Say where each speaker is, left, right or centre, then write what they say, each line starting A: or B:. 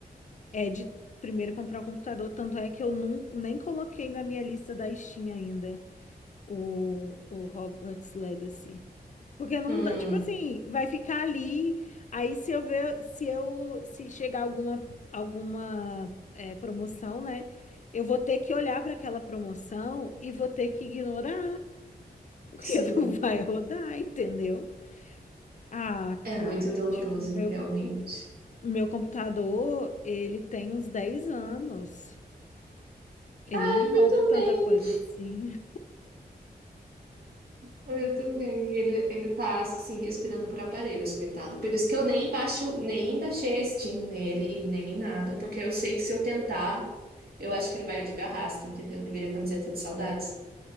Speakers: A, on the left (about 50°); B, on the right (about 70°).
A: é de primeiro comprar um computador. Tanto é que eu não, nem coloquei na minha lista da Steam ainda o, o Hogwarts Legacy. Porque não
B: Hum,
A: dá, tipo assim, vai ficar ali, aí se eu ver, se eu, se chegar alguma, alguma é, promoção, né, eu vou ter que olhar para aquela promoção e vou ter que ignorar, porque
B: sim,
A: <laughs> não vai rodar, entendeu? Ah,
B: é
A: cara,
B: muito doloroso,
A: tipo, meu,
B: realmente.
A: meu computador, ele tem uns 10 anos, ele
B: Ai,
A: não
B: o meu
A: roda
B: também.
A: tanta coisa assim.
B: O meu também. Ele, ele tá assim, respirando por aparelhos, coitado. Por isso que eu nem baixo, nem baixei a Steam nele, nem nada, porque eu sei que se eu tentar, eu acho que ele vai de arrasta, entendeu? Ele vira camiseta de saudades.